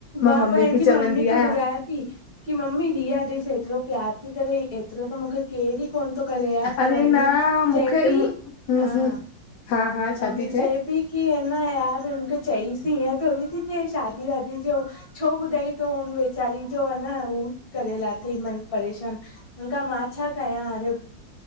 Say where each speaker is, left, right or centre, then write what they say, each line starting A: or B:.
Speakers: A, on the left (about 35°); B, on the left (about 70°).
A: मां
B: मम्मी
A: पंहिंजी
B: खे चवंदी
A: मम्मी खे
B: आहियां
A: ॿुधायां कि की मम्मी रिया ॾिस एतिरो प्यार ती करे एतिरो त मूंखे केडी कोन तो करे यादि
B: अरे
A: त मम्मी
B: न मूंखे
A: चेपी
B: हूं
A: हा
B: हूं
A: --
B: हा हा छा
A: मम्मी
B: थी
A: चए पई की न यार मूंखे चईस ती हीअं थोड़ी थी कि शादी वादी जो -- छो ॿुधाई त हुन वेचारी जो आ न हू करे लाथई मन परेशान -- हून खा मां छा कयां? अॼ